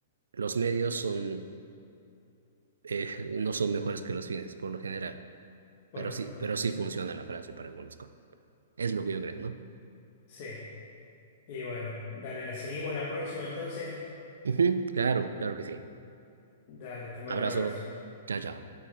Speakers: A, on the right; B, on the left.
A: Los medios son, eh, no son mejores que los fines, por lo general,
B: por
A: pero
B: lo
A: sí,
B: general.
A: pero sí funciona la frase para algunas cosas. Es lo que yo creo, ¿no?
B: Sí, y bueno, dale, la seguimos la próxima entonces.
A: Ujú, claro, claro que sí.
B: Dale, te mando
A: Abrazo.
B: un abrazo.
A: Chao, chao.